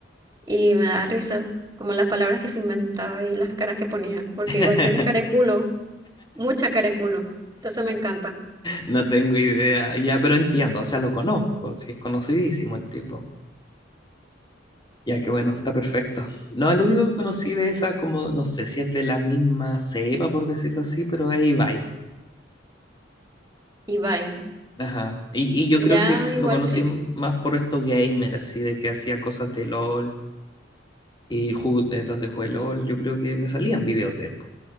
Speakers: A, on the right (about 20°); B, on the left (about 25°).
A: Y me da risa, como las palabras que se inventaba y las caras que ponía, porque
B: <laughs>
A: igual tiene cara de culo. Mucha careculo. Entonces me encanta.
B: No tengo idea. Ya, pero entiendo, o sea, lo conozco, sí, es conocidísimo el tipo. Ya que bueno, está perfecto. No, el único que conocí de esa, como no sé si es de la misma cepa, por decirlo así, pero es Ibai.
A: Y bye.
B: Ajá. Y, y yo
A: Ya
B: creo que lo
A: igual
B: conocí
A: sí.
B: m- más por estos gamers, así de que hacía cosas de LOL y ju- eh, donde jugué LOL, yo creo que me salían videos de él. po.